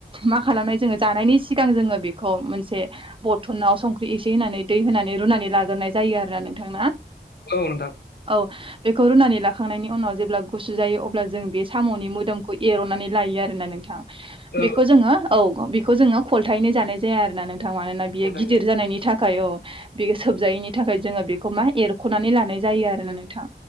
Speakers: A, on the right; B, on the left.
A: मा खालामनाय जोङो जानायनि सिगां जोङो बेखौ मोनसे बरथनाव संख्रि एसे होनानै दै होनानै रुनानै लाग्रोनाय जायो आरो ना नोंथां ना
B: औ नोंथां
A: औ। बेखौ रुनानै लाखांनायनि उनाव जेब्ला गुसु जायो अब्ला जों बे सामनि मोदोमखौ एरननानै लायो आरोना नोंथां बेखौ
B: औ
A: जोङो औ बेखौ जोङो खलथायैनो जानाय जाया आरोना नों थां मानोना बियो
B: गथायनाय
A: गिदिर जानायनि थाखाय औ बे सोबजायैनि थाखाय जोङो बेखौ मा एरखनानै लानाय जायो आरोना नोंथां